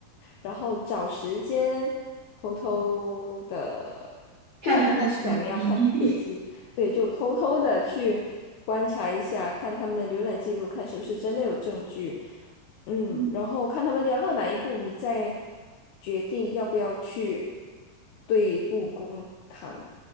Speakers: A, on the left; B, on the right.
A: 然后找时间，偷偷的，
B: 看他的手机。
A: 不要跟他讲你要看手机，对，就偷偷的去观察一下，看他们的浏览记录，看是不是真的有证据。
B: <laughs>
A: 嗯，
B: 嗯，
A: 然后看他们聊到哪一步，你再决定要不要去对簿公堂。